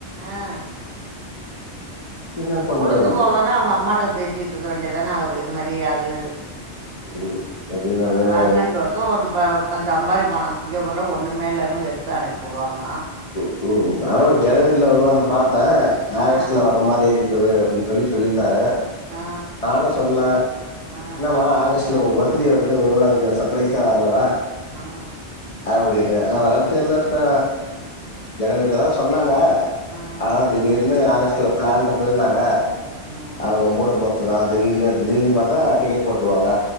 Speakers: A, on the right; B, on the left.
A: ஆ
B: என்ன பண்றது
A: பொழுது போலதா அவ்ங் அம்மாட்ட பேசிட் ட்ருக்க வேண்டிதான அவரு இது மாரி அது
B: ம் மதியான வேல
A: பன்னெண்டு வர்ஷோ வரும்பா அவஞ் சம்பாரிபானா சிங்கபூர்ல ஒன்னுமே இல்லன்னு வெறுசா அனுப்பி வுடுவாங்களா
B: உம் கும் நவ
A: ஆ
B: ஜனவரில வருவாருனு பாத் தே ஆகஸ்ட்ல
A: ஆ
B: வர்ர மாரி இருக் குது அப்டின் சொல்லி சொல்லி இருந்தாக
A: ஆ
B: ஆட சொன்னே
A: ஆ
B: என்னமா ஆகஸ்ட் இல்ல ஒ பர்த்டே வருது ஒருவேல அதுக்கு சப்ரைஸ் ஆ வர்றாரா
A: ஆஹ்
B: அப்டின்ட்டு அதுலா தெர்லாத்தா ஜனவரிலதா சொன்னாங்க
A: ஆ
B: ஆனா திடீர்னு ஆக ஸ்ட்ல ப்ளான் இருகுதுனாங்க
A: ம்
B: அவுங்க மூடப்பொறுத் துதா திடீர்னு திடீர்னு பாத்தா டிக்கெட் போட்ருவாங்க